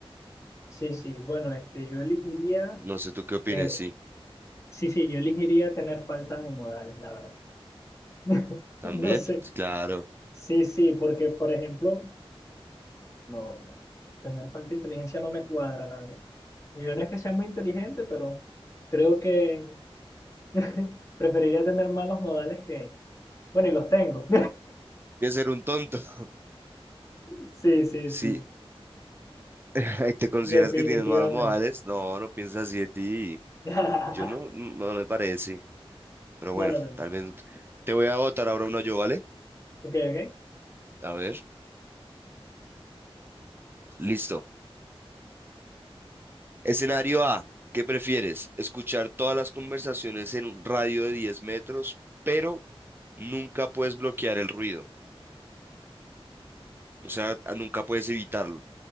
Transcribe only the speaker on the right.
no sé tú qué opines,
sí.
También,
claro.
Que ser un tonto. <laughs>
Sí,
<laughs> ¿te consideras
que tienes malos modales? No, no piensas así de ti.
Yo no, no me parece. Pero
bueno,
tal vez te voy a votar ahora uno yo, ¿vale?
A ver, listo. Escenario A, ¿qué prefieres? ¿Escuchar todas las conversaciones en un radio de 10 metros, pero nunca puedes bloquear el ruido? O sea, a- nunca puedes evitarlo.